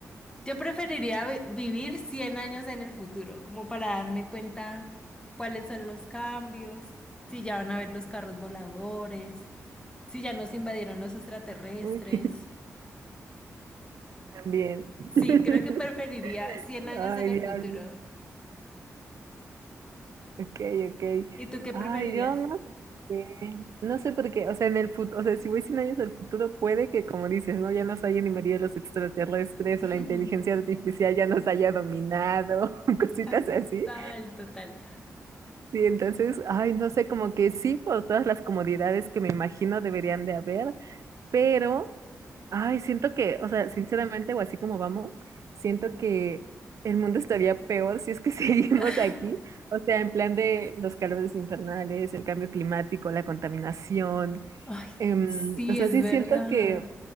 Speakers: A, on the left; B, on the right.
A: Yo preferiría vi- vivir 100 años en el futuro, como para darme cuenta cuáles son los cambios, si ya van a haber los carros voladores, si ya nos invadieron los extraterrestres.
B: uy, <laughs> también. <laughs>
A: Sí, creo que preferiría cien años
B: Ay,
A: en el
B: Dios.
A: futuro.
B: Ok, ok.
A: ¿Y tú qué
B: Ay,
A: preferirías?
B: yo no sé. No sé por qué. O sea, en el futuro, o sea, si voy 100 años al futuro, puede que, como dices, ¿no? Ya nos hayan invadido los extraterrestres
A: <laughs>
B: o la inteligencia artificial ya nos haya dominado, <laughs> cositas
A: Ay, total,
B: así.
A: total.
B: Sí, entonces, ay, no sé, como que sí, por todas las comodidades que me imagino deberían de haber, pero, ay, siento que, o sea, sinceramente, o así como vamos, siento que el mundo estaría peor si es que <laughs> seguimos
A: <laughs>
B: aquí. O sea, en plan de los calores infernales, el cambio climático, la contaminación.
A: Ay,
B: em,
A: sí,
B: o sea,
A: es
B: sí
A: verdad.
B: siento que,